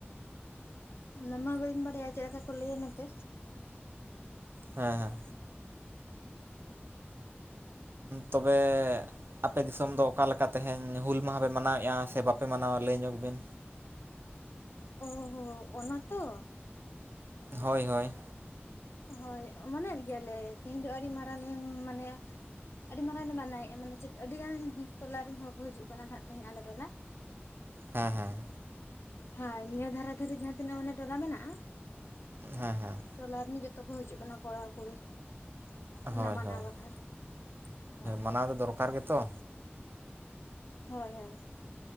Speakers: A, on the left (about 70°); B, on the right (about 60°).
A: ᱚᱱᱟ ᱢᱟ ᱵᱟᱹᱧ ᱵᱟᱲᱟᱭᱟ ᱪᱮᱫ ᱞᱮᱠᱟ ᱠᱚ ᱞᱟᱹᱭᱟ ᱢᱮᱱᱛᱮ?
B: ᱦᱮᱸ ᱦᱮᱸ ᱛᱚᱵᱮ ᱟᱯᱮ ᱫᱤᱥᱚᱢ ᱫᱚ ᱚᱠᱟ ᱞᱮᱠᱟ ᱛᱮᱦᱮᱧ ᱦᱩᱞ ᱢᱟᱦᱟ ᱯᱮ ᱢᱟᱱᱟᱣᱮᱫᱼᱟ ᱥᱮ ᱵᱟᱯᱮ ᱢᱟᱱᱟᱣᱟ ᱞᱟᱹᱭ ᱧᱚᱜᱽ ᱵᱤᱱ?
A: ᱚ ᱦᱚᱸ ᱚᱱᱟ ᱛᱚ
B: ᱦᱳᱭ ᱦᱳᱭ
A: ᱦᱳᱭ ᱢᱚᱱᱟᱭᱮᱫ ᱜᱮᱭᱟᱞᱮ ᱛᱮᱦᱤᱧ ᱫᱚ ᱟᱹᱰᱤ ᱢᱟᱨᱟᱝ ᱢᱟᱱᱮ ᱟᱹᱰᱤ ᱢᱟᱨᱟᱝᱞᱮ ᱢᱟᱱᱟᱣᱮᱫᱼᱟ ᱢᱟᱱᱮ ᱪᱮᱫ ᱟᱹᱰᱤ ᱜᱟᱱ ᱴᱚᱞᱟᱮᱱ ᱦᱚᱲ ᱠᱚ ᱦᱤᱡᱩᱜ ᱠᱟᱱᱟ ᱦᱟᱸᱜ ᱛᱮᱦᱮᱸᱡ ᱟᱞᱮ ᱴᱚᱞᱟ ᱾
B: ᱦᱮᱸ ᱦᱮᱸ
A: ᱦᱳᱭ ᱱᱤᱭᱟᱹ ᱫᱷᱟᱨᱮ ᱫᱷᱟᱨᱮ ᱡᱟᱦᱟᱸ ᱛᱤᱱᱟᱹᱜ ᱢᱟᱱᱮ ᱴᱚᱞᱟ ᱢᱮᱱᱟᱜᱼᱟ ᱾
B: ᱦᱮᱸ ᱦᱮᱸ
A: ᱴᱚᱞᱟ ᱨᱤᱱ ᱡᱚᱛᱚ ᱠᱚ ᱦᱤᱡᱩᱜ ᱠᱟᱱᱟ ᱠᱚᱲᱟ ᱠᱩᱲᱤ ᱾
B: ᱦᱳᱭ
A: ᱚᱱᱟ ᱢᱟᱱᱟᱣ
B: ᱦᱳᱭ
A: ᱵᱟᱠᱷᱨᱟ ᱦᱳᱭ
B: ᱢᱟᱱᱟᱣ ᱫᱚ ᱫᱚᱨᱠᱟᱨ ᱜᱮᱛᱚ
A: ᱦᱳᱭ ᱦᱳᱭ